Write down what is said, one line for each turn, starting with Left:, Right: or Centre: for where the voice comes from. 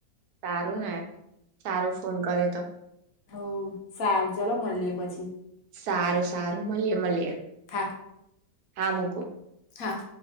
Right: સારું ને સારું ફોન કરે તો
Left: હઉ સારું ચાલો મલ્યે પછી
Right: સારું સારું મલ્યે મલ્યે
Left: હા
Right: હા મૂકું.
Left: હા.